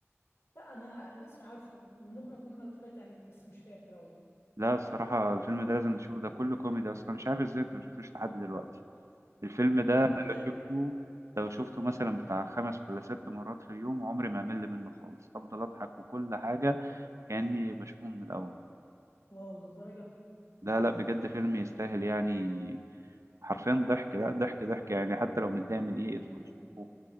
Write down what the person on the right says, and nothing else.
لا الصراحه الفيلم ده لازم تشوفه ده كله كوميدي اصلا مش عارف ازاي انت ما شفتوش لحد دلوقتي الفيلم ده
انا
لو شفته لو شفته مثلا بتاع خمس ولا ست مرات في اليوم عمري ما امل منه خالص افضل اضحك وكل حاجه كاني بشوفه من الاول
لا لا بجد فيلم يستاهل يعني حرفيا ضحك لا ضحك ضحك يعني حتى لو متضايق من ايه
ادخل شوفه